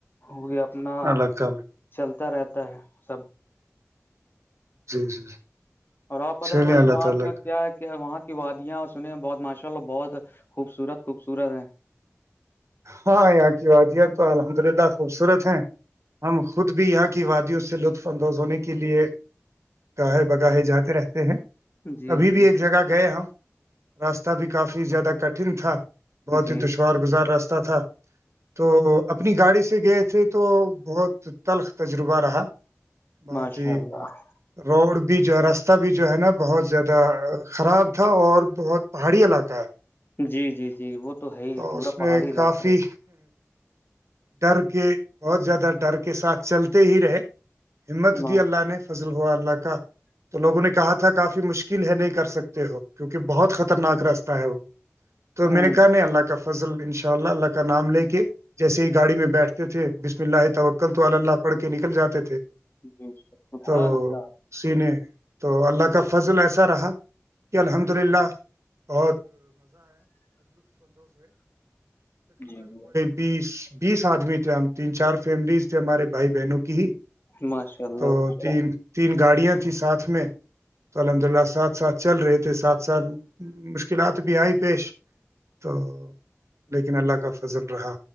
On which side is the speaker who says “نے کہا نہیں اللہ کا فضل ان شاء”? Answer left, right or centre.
Right